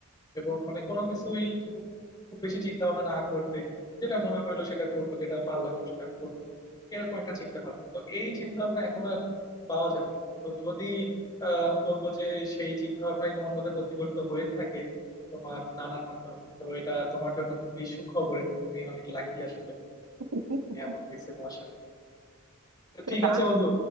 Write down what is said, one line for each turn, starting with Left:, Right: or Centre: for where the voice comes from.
Left: এবং মানে কোনো কিছুই খুব খুব বেশি চিন্তা ভাবনা না করবে যেটা মনে হইলো সেটা করলো যেটা ভালো লাগলো সেটা করলো এরকম একটা চিন্তা ভাবনা তো এই চিন্তা ভাবনা এখন আর পাওয়া যাবে না। তো যদি আহ, আমি বলবো যে সেই চিন্তা ভাবনাই তোমার মধ্যে প্রতিফলিত হয়ে থাকে তোমার নানার মাধ্যমে তো এটা তোমার জন্য খুবই সুখবর এবং তুমি অনেক লাকি আসলে
Right: <laughs>
Left: যে তুমি এমন হয়েছে তোমার সাথে তো
Right: তো
Left: ঠিক
Right: তা
Left: আছে বন্ধু